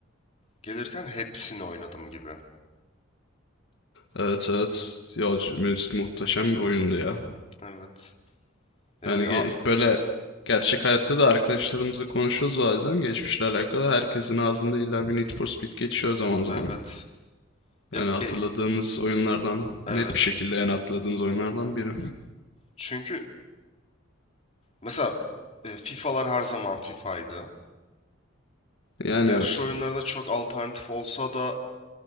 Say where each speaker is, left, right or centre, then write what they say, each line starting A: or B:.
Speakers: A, on the left; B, on the left.
A: gelirken hepsini oynadım gibi.
B: Evet evet. Ya, c- muhteşem bir oyundu ya.
A: Evet. Yani
B: Yani
A: a-
B: ge- böyle gerçek hayatta da arkadaşlarımızla konuşuyoruz bazen geçmişle alakalı. Herkesin ağzında illa bir Need for Speed geçiyor zaman zaman.
A: evet. Ya
B: Yani hatırladığımız
A: be
B: oyunlardan
A: evet.
B: net bir şekilde en hatırladığımız oyunlardan biri.
A: Çünkü Mesela e, FIFA'lar her zaman FIFA'ydı.
B: Yani
A: Yarış
B: evet.
A: oyunlarında çok alternatif olsa da